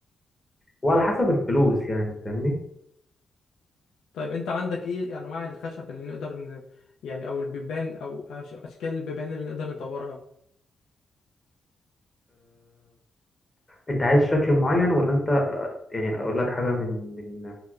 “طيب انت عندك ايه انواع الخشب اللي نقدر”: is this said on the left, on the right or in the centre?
Left